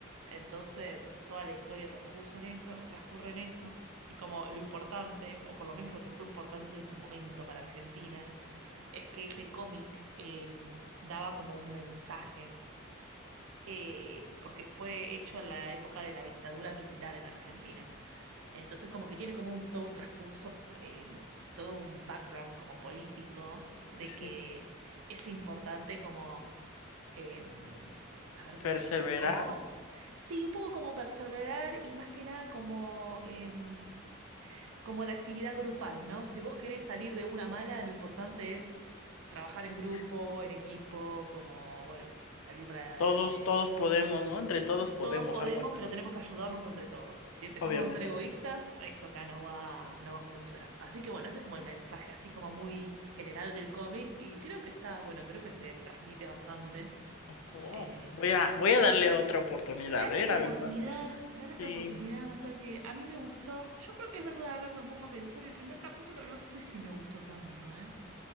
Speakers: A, on the right; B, on the left.
A: Entonces, toda la historia transcurre en eso, transcurre en eso, y como lo importante, o por lo menos lo que fue importante en su momento para Argentina, es que ese cómic eh, daba como un mensaje, eh, porque fue hecho en la época de la dictadura militar en Argentina. Entonces como que tiene como un, todo un transcurso, eh, todo un background como político, de
B: Sí, sí.
A: que es importante como, eh, a ver
B: Perseverar.
A: cómo decirlo, como, sí, un poco como perseverar y más que nada como, eh, como la actividad grupal, ¿no? Si vos querés salir de una mala, lo importante es trabajar en grupo,
B: sí, sí.
A: en equipo, como, bueno, salir para adelante
B: Todos,
A: en eso.
B: todos podemos, ¿no? Entre todos podemos,
A: Todos podemos,
B: algo así,
A: pero tenemos que ayudarnos entre todos. Si empezamos
B: obviamente.
A: a ser egoístas, esto acá no va, no va a funcionar. Así que bueno, ese es como el mensaje así como muy general del cómic y creo que está, bueno, creo que se transmite bastante.
B: Oh, wow.
A: Eh,
B: voy a, voy a darle otra oportunidad,
A: dale
B: ¿eh?
A: otra
B: La
A: oportunidad,
B: verdad.
A: dale otra
B: Sí.
A: oportunidad, va a ser que a mí me gustó. Yo creo que es verdad, ahora que me pongo a pensar, el primer capítulo no sé si me gustó tanto, ¿eh?